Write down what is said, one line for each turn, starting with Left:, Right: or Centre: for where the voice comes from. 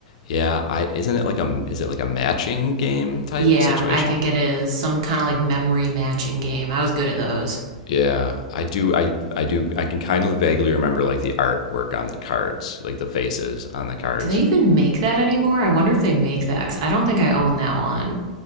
Left: Yeah, I isn't it like a is it like a matching game type
Right: Yeah,
Left: situation?
Right: I think it is some kind of like memory matching game. I was good at those.
Left: Yeah, I do. I I do. I can kind of vaguely remember like the artwork on the cards, like the faces on the cards.
Right: Do they even make that anymore? I wonder if they make that because I don't think I own that one.